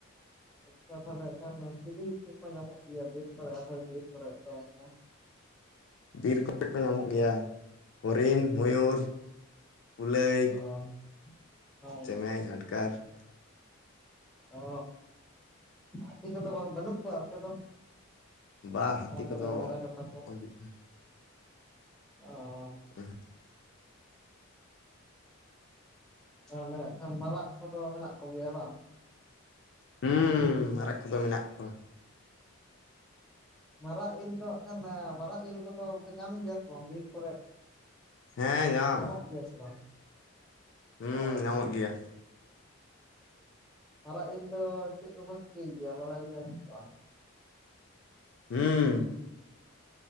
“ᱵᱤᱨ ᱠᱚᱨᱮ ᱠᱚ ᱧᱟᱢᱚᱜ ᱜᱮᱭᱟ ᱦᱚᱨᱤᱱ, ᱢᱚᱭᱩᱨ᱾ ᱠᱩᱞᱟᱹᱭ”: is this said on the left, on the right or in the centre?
Left